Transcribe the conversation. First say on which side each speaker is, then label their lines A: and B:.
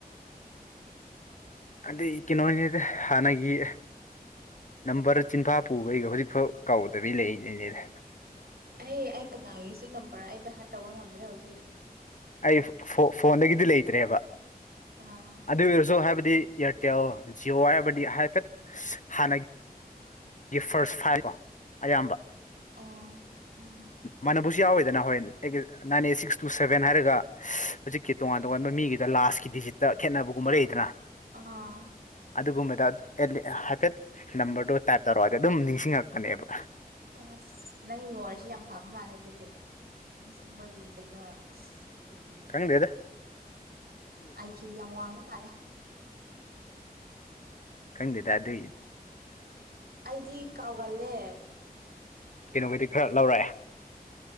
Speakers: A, on the left; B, on the right.
A: ꯑꯗꯤ ꯀꯩꯅꯣꯅꯤꯗꯤ ꯍꯥꯟꯅꯒꯤ ꯅꯝꯕꯔ ꯆꯤꯟꯐꯥ ꯄꯨꯕꯩꯒ ꯍꯧꯖꯤꯛꯐꯥꯎ ꯀꯥꯎꯗꯕꯤ ꯂꯩꯔꯤꯅꯤꯅꯦꯗ
B: ꯑꯩ ꯑꯩ ꯀꯅꯥꯒꯤꯁꯦ ꯅꯝꯕꯔ ꯑꯩ ꯚ ꯍꯥꯏꯠ ꯇꯧꯕ ꯉꯝꯗ꯭ꯔꯦ ꯍꯧꯖꯤꯛ
A: ꯑꯩ ꯐꯣꯟꯗꯒꯤꯗꯤ ꯂꯩꯇ꯭ꯔꯦꯕ
B: ꯑꯥ
A: ꯑꯗꯨ ꯑꯣꯏꯔꯁꯨ ꯍꯥꯏꯕꯗꯤ ꯏꯌꯥꯔꯇꯦꯜ ꯖꯤꯑꯣ ꯍꯥꯏꯕꯗꯤ ꯍꯥꯏꯐꯦꯠ ꯍꯥꯟꯅꯒꯤ ꯒꯤ ꯐꯥꯔꯁ ꯐꯥꯏꯜ ꯀꯣ ꯑꯌꯥꯝꯕ
B: ꯑꯣ ꯎꯝ
A: ꯃꯅꯕꯨꯁꯨ ꯌꯥꯎꯋꯦꯗꯅ ꯍꯣꯏ ꯑꯦ nine eight six two seven ꯍꯥꯏꯔꯒ ꯍꯧꯖꯤꯛꯀꯤ ꯇꯣꯉꯥꯟ ꯇꯣꯉꯥꯟꯕ ꯃꯤꯒꯤꯗ ꯂꯥꯁꯀꯤ ꯗꯤꯖꯤꯠꯇ ꯈꯦꯠꯅꯕꯒꯨꯝꯕ ꯂꯩꯗꯅ
B: ꯑꯥ
A: ꯑꯗꯨꯒꯨꯝꯕꯗ ꯍꯥꯏꯐꯦꯠ ꯅꯝꯕꯔꯗꯣ ꯇꯥꯏꯞ ꯇꯧꯔꯛꯑꯣꯗꯤ ꯑꯗꯨꯝ ꯅꯤꯡꯁꯤꯡꯉꯛꯄꯅꯦꯕ
B: ꯑꯁ ꯅꯪꯒꯤ ꯃꯦꯋꯥꯔꯤꯁꯤ ꯌꯥꯝ ꯐꯕ ꯃꯥꯜꯂꯦ ꯑꯗꯨꯗꯤ ꯅꯤꯡꯁꯤꯡꯕꯒꯤ ꯀꯩꯅꯣ ꯎꯝ
A: ꯍꯪꯗꯦꯗ
B: ꯑꯥꯏ ꯀꯌꯨ ꯌꯥꯝ ꯋꯥꯡꯅ ꯃꯥꯜꯂꯦ
A: ꯈꯟꯗ ꯑꯗꯨ ꯏ
B: ꯑꯩꯗꯤ ꯀꯥꯎꯒꯜꯂꯦ
A: ꯀꯩꯅꯣꯒꯗꯤ ꯈꯔ ꯂꯧꯔꯛꯑꯦ